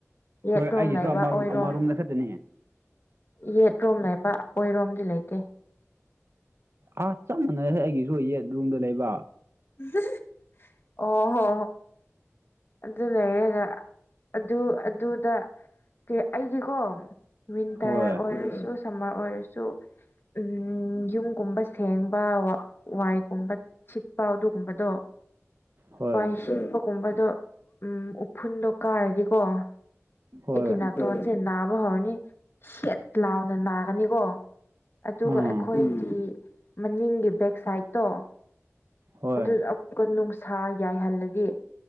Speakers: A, on the left; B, on the right.
A: ꯌꯦꯠꯂꯣꯝ
B: ꯍꯣꯏ ꯑꯩꯒꯤꯁꯨ
A: ꯂꯩꯕ
B: ꯑꯃꯔꯣꯝ
A: ꯑꯣꯏꯔꯣꯝ
B: ꯑꯃꯔꯣꯝꯗ ꯈꯛꯇꯅꯤ
A: ꯌꯦꯠꯔꯣꯝ ꯂꯩꯕ ꯑꯣꯏꯔꯣꯝꯗꯤ ꯂꯩꯇꯦ
B: ꯑꯥ ꯆꯞ ꯃꯥꯟꯅꯔꯦ ꯑꯩꯒꯤꯁꯨ ꯌꯦꯠ ꯔꯨꯝꯗ ꯂꯩꯕ
A: <unintelligible> ꯑꯣ ꯍꯣ ꯑꯗꯨ ꯂꯩꯔꯒ ꯑꯗꯨ ꯑꯗꯨꯗ ꯀ ꯑꯩꯒꯤꯀꯣ ꯋꯤꯟꯇꯔ
B: ꯍꯣꯏ
A: ꯑꯣꯏꯔꯁꯨ ꯁꯝꯃꯔ ꯑꯣꯏꯔꯁꯨ ꯎꯝ ꯌꯨꯝꯒꯨꯝꯕ ꯁꯦꯡꯕ ꯋꯥꯏꯒꯨꯝꯕ ꯁꯤꯠꯄ ꯑꯗꯨꯒꯨꯝꯕꯗꯣ
B: ꯍꯣꯏ
A: ꯋꯥꯏ ꯁꯤꯁꯤꯡꯕꯒꯨꯝꯕꯗꯣ ꯎꯝ ꯎꯐꯨꯟꯗꯣ ꯀꯥꯔꯗꯤꯀꯣ ꯑꯩꯒꯤ
B: ꯍꯣꯏ
A: ꯅꯥꯠꯇꯣꯟꯜꯁꯦ ꯅꯥꯕ ꯍꯧꯔꯅꯤ ꯁꯦꯠ ꯂꯥꯎꯅ ꯅꯥꯒꯅꯤꯀꯣ ꯑꯗꯨꯒ
B: ꯎꯝ
A: ꯑꯩꯈꯣꯏꯒꯤ ꯃꯅꯤꯡꯒꯤ ꯕꯦꯛ ꯁꯥꯏꯠꯇꯣ
B: ꯍꯣꯏ
A: ꯑꯗꯨꯗ ꯀꯨ ꯅꯨꯡꯁꯥ ꯌꯥꯏꯍꯜꯂꯒ